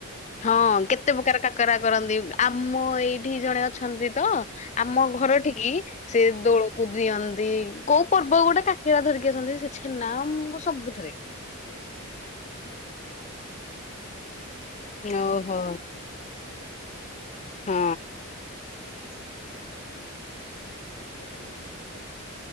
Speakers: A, on the left; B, on the left.
A: ହଁ କେତେ
B: ଆହୁରି
A: ପ୍ରକାର କାକରା କରନ୍ତି ଆମ ଏଇ ଠି ଜଣେ ଅଛନ୍ତି ତ ଆମ
B: ହଁ
A: ଘରଠିକି
B: ହଁ
A: ସେ
B: ହଁ।
A: ଦୋଳ କୁ ଦିଅନ୍ତି କୋଉ ପର୍ବ ଗୋଟେ କାକରା ଧରିକି ଆସନ୍ତି ସେ ଛେନା
B: ଆମର ଶୁଣ
A: ମ ସବୁଥିରେ।
B: ଦୋଳ ପୂର୍ଣ୍ଣିମା ଗୋଟେ ରାକ୍ଷୀ ପୂର୍ଣ୍ଣିମାରେ କାକରା ହବ ରାକ୍ଷୀ ପୂର୍ଣ୍ଣାମାରେ
A: ଓହୋ
B: ହୁଏ। ପୂଜା ହବ ଆମର
A: ହଁ
B: ଇଶାଣ ପୂଜା ହବ କାକରା ତ ହିଁ ଆମର ଆଗ ହବ।